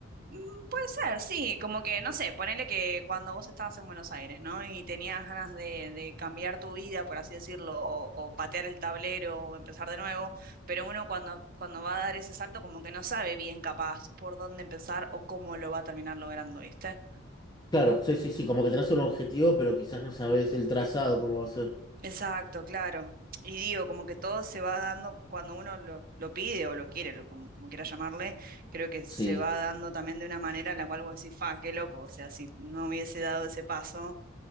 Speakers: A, on the right (about 45°); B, on the left (about 20°).
A: Mm, Puede ser, sí, como que, no sé, ponele que cuando vos estabas en Buenos Aires, ¿no? Y tenías ganas de, de cambiar tu vida, por así decirlo, o, o patear el tablero o empezar de nuevo, pero uno cuando, cuando va a dar ese salto como que no sabe bien capaz por dónde empezar o cómo lo va a terminar logrando, ¿viste?
B: Claro, sí, sí, sí. Como que tenés un objetivo, pero quizás no sabes el trazado, cómo va a ser.
A: Exacto, claro. Y digo, como que todo se va dando cuando uno lo, lo pide o lo quiere, lo, como, como quiera llamarle, creo que se
B: Sí.
A: va dando también de una manera en la cual vos decís, fa, qué loco, o sea, si no hubiese dado ese paso